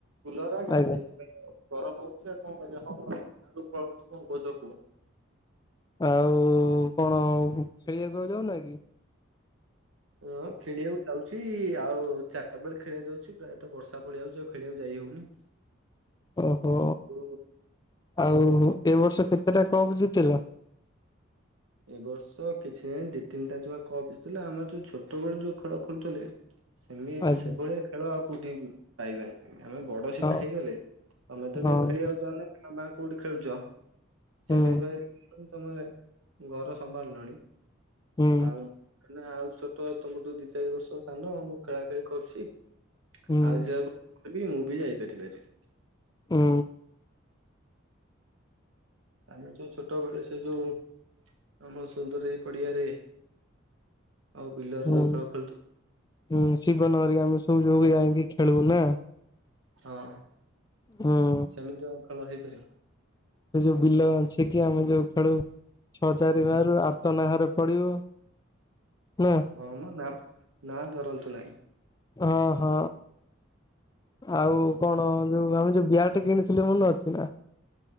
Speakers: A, on the right; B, on the left.
A: କୁଲର ଆଗରେ
B: ଆଜ୍ଞା।
A: ସେଇଥିପାଇଁ। ଗରମ ହଉଛି ଆଉ କଣ କରିବା <unintelligible> କଣ କହୁଚ କୁହ।
B: ଆଉ କଣ ଖେଳିବାକୁ ଆଉ ଯାଉନା କି?
A: ହଁ ଖେଳିବାକୁ ଯାଉଚି ଆଉ ଚାରିଟା ବେଳେ ଖେଳଆ ଯାଉଚି ପ୍ରାୟତଃ ବର୍ଷା ପଳେଇ ଆଉଚି ଆଉ ଖେଳିବାକୁ ଯାଇ ହଉନି।
B: ଓହୋ
A: ଓ
B: ଆଉ ଏ ବର୍ଷ କେତେଟା କପ୍ ଜିତିଲ?
A: ଏ ବର୍ଷ କିଛି ନାହିଁ ଦି ତିନିଟା ଜମା କପ୍ ଜିତିଲୁ ଆମର ଯୋଉ ଛୋଟବେଳେ ଯୋଉ ଖେଳ ଖେଳୁଥିଲେ ସେମି ଏବେ
B: ଆଜ୍ଞା
A: ସେଭଳିଆ ଖେଳ ଆଉ କୋଉଠି ବି ପାଇବାନି। ଆମେ ବଡ ସିନା
B: ହଁ।
A: ହେଇଗଲେ ତମେ ତ
B: ହଁ
A: ବି ଖେଳିିବାକୁ ଯାଉନ ହ ମା କୋଉଠି ଖେଳୁଚ
B: ହୁଁ
A: ଚାକିରି ବାକିରି ତମ ଘର ସମ୍ଭାଳିଲଣି
B: ହୁଁ
A: ଆଉ ମାନେ ଆଉ ଛୋଟ ତମଠୁ ଦି ଚାରି ବର୍ଷ ସାନ ମୁଁ ଖେଳା ଖେଳି କରୁଚି।
B: ହୁଁ
A: ଆଉ <unintelligible> ପାରିବି ମୁଁ ବି ଯାଇପାରିବି।
B: ହୁଁ।
A: ଆମେ ଯୋଉ ଛୋଟ ବେଳେ ସେ ଯୋଉ ଆମ ସୁନ୍ଦର ଏଇ ପଡିଆରେ ଆଉ ବିଲରେ
B: ହୁଁ
A: ଯୋଉ ଖେଳ ଖେଳୁ
B: ହୁଁ ଶିବନ ହରିକା ଆମେ ସବୁ ଯୋଉ ଯାଇକି ଖେଳୁ ନା?
A: ହଁ।
B: ହୁଁ।
A: ସେମିତି ଆଉ ଖେଳ ହେଇପାରିବ।
B: ସେ ଯୋଉ ବିଲ ବାଞ୍ଚିକି ଆମେ ଯୋଉ ଖେଳୁ ଛଅ ଚାରି ବାରୁ ଆରତ ନା ଘର ପଢିବ ନା।
A: ହଁ ମ ନା ନାଁ ଧରନ୍ତୁ ନାହିଁ।
B: ହଁ ହଁ ଆଉ କଣ ଯୋଉ ଆମେ ଯୋଉ ବିଆଟେ କିଣି ଥିଲେ ମନେ ଅଛି ନା?